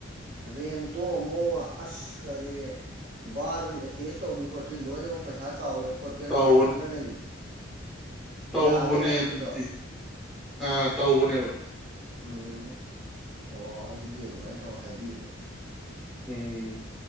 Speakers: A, on the right; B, in the centre.
A: ꯔꯦꯟꯇꯣ ꯑꯃꯨꯛ ꯑꯁ ꯀꯔꯤ ꯕꯠꯔꯨꯝ ꯑꯦꯇꯦꯁ ꯇꯧꯕꯤ ꯈꯣꯠꯄꯤ ꯂꯣꯏꯅꯃꯛ ꯄꯩꯁꯥ ꯆꯥꯎꯒꯦ ꯈꯣꯠꯀꯦꯅ
B: ꯇꯧꯕꯅꯦ
A: ꯃꯊꯟꯇ ꯂꯩ
B: ꯇꯧꯕꯅꯦ
A: ꯌꯥꯅꯤ ꯍꯥꯏꯕ꯭ꯔꯣ
B: ꯑꯗꯨꯗꯤ
A: ꯑꯗꯨꯗꯣ
B: ꯑꯥ ꯇꯧꯕꯅꯦꯕ
A: ꯎꯝ ꯑꯣ ꯑꯗꯨꯗꯤ ꯑꯗꯨꯃꯥꯏꯅ ꯇꯧ ꯍꯥꯏꯕꯤꯒꯦ
B: ꯎꯝ